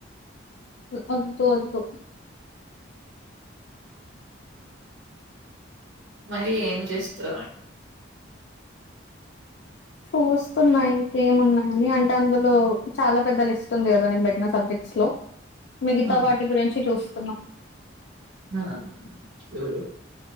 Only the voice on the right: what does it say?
మరి ఏం చేస్తా అ
ఆ!
ఆ ఎవరు